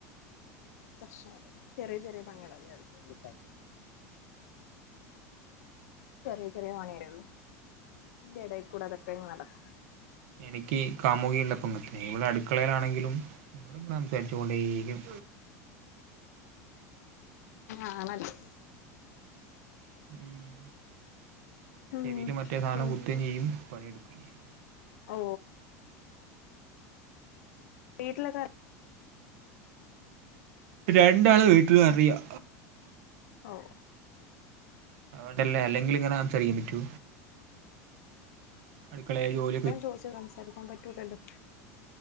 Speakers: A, on the left; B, on the right.
A: പ്രശ്നല്ല. ചെറിയ ചെറിയ പണികളല്ലെ ഒള്ളു ചെറിയ ചെറിയ പണിയുള്ളു അതിന്റെ എടകൂടെ അതൊക്കെ അങ്ങ് നടക്കും.
B: എനിക്ക് കാമുകിള്ള പ്പംഇവിടെ അടുക്കളയിലാണെങ്കിലും സംസാരിച്ചു കൊണ്ടേയിരിക്കും
A: ആണല്ലേ.
B: ഉം
A: ഉം
B: ചെവിൽ മറ്റേ സാധനം
A: പിന്നെ
B: കുത്തും ചെയ്യും പണിയെടുക്കുകയും ചെയ്യും.
A: ഓ. വീട്ടിലൊക്കെ
B: രണ്ടാള വീട്ടിൽ അറിയാ.
A: ഓ
B: അ ഓണ്ടല്ലേ അല്ലെങ്കില് ഇങ്ങനെ സംസാരിക്കാൻ പറ്റോ. അടുക്കളെ ജോലി
A: ഞാൻ ചോദിച്ചു സംസാരിക്കാൻ പറ്റൂലല്ലോ.